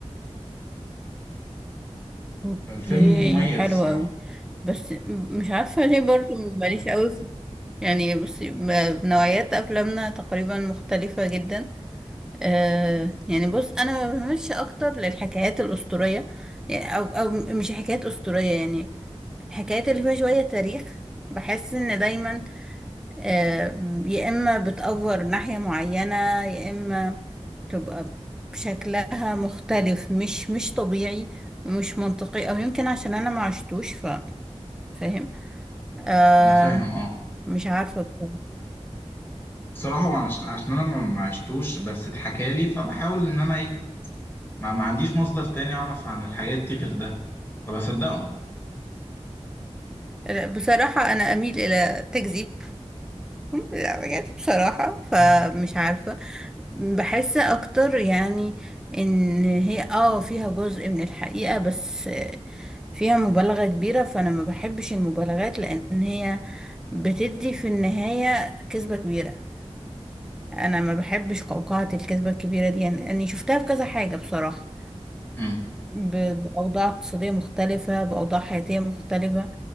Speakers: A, in the centre; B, on the left.
A: اوكي
B: فالفيلم مميز
A: حلو
B: الصراحة
A: قوي بس مش عارفة ليه برضو ماليش قوي في يعني بصي ب- نوعيات افلامنا تقريبا مختلفة جدا آه يعني بص انا بمشي اكتر للحكايات الاسطورية يعني او او مش حكايات اسطورية يعني الحكايات اللي فيها شوية تاريخ بحس ان دايما آه، يا إما بتأفور ناحية معينة يا إما تبقى شكلها مختلف مش مش طبيعي ومش منطقي أو يمكن عشان أنا ما عشتوش ف... فاهم آه
B: أنا فاهم أه
A: مش عارفة بصراحة
B: بصراحة وعش- عشان أنا ما ما عشتوش بس اتحكالي فبحاول إن أنا إيه ما, ما عنديش مصدر تاني أعرف عن الحاجات دي غير ده فبصدقهم
A: آه، بصراحة أنا أميل إلى تكذيب لا بجد بصراحة فمش
B: <laughs>
A: عارفة بحس أكتر يعني إن هي اه فيها جزء من الحقيقة بس فيها مبالغة كبيرة فأنا ما بحبش المبالغات لأن هي بتدي في النهاية كذبة كبيرة أنا ما بحبش قوقعة الكذبة الكبيرة دي يعني أني شفتها في كذا حاجة بصراحة
B: امم
A: ب- بأوضاع اقتصادية مختلفة بأوضاع حياتية مختلفة